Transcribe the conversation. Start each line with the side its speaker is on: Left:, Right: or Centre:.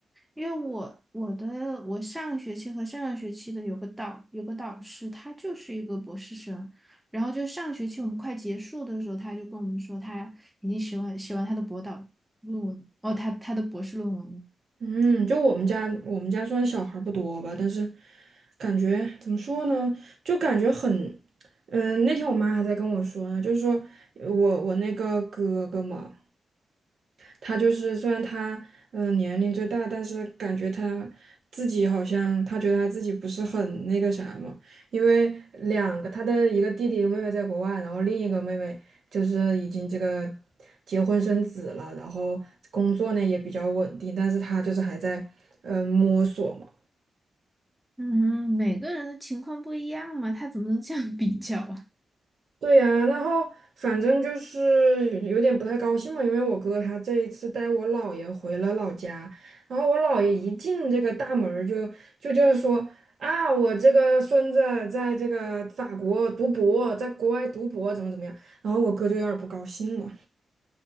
Centre: 因为我我的我上个学期和上上学期的有个导有个导师，他就是一个博士生，然后就上学期我们快结束的时候，他就跟我们说他已经写完写完他的博导论文，哦，他他的博士论文了。
Right: 嗯，就我们家我们家虽然小孩儿不多吧，但是感觉怎么说呢，就感觉很，嗯，那天我妈还在跟我说呢，就是说我我那个哥哥嘛。他就是虽然他嗯、呃年龄最大，但是感觉他自己好像他觉得他自己不是很那个啥嘛，因为两个他的一个弟弟妹妹在国外，然后另一个妹妹就是已经这个结婚生子了，然后工作呢也比较稳定，但是他就是还在嗯、呃摸索嘛。
Centre: 嗯，每个人的情况不一样嘛，他怎么能这样比较啊？
Right: 对呀，然后反正就是有点不太高兴嘛，因为我哥他这一次带我姥爷回了老家，然后我姥爷一进这个大门儿就就就是说啊，我这个孙子在这个法国读博，在国外读博怎么怎么样，然后我哥就有点儿不高兴了，